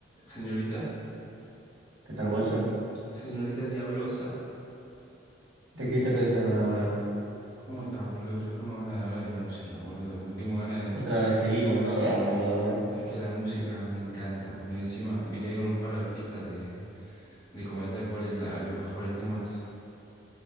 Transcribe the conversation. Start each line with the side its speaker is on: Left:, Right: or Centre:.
Left: Señorita,
Right: ¿Qué tal, guacho?
Left: señorita Diablosa,
Right: ¿De qué te apetece hablar ahora?
Left: ¿cómo estás, boludo? Yo tengo ganas de hablar de música, boludo. Yo Tengo ganas
Right: Otra
Left: de...
Right: vez seguimos, ¿no? Ya lo veo, ya lo veo.
Left: Es que la música me encanta, boludo. Y Encima me quedé con un par de artistas de, de comentar cuáles son los mejores temas,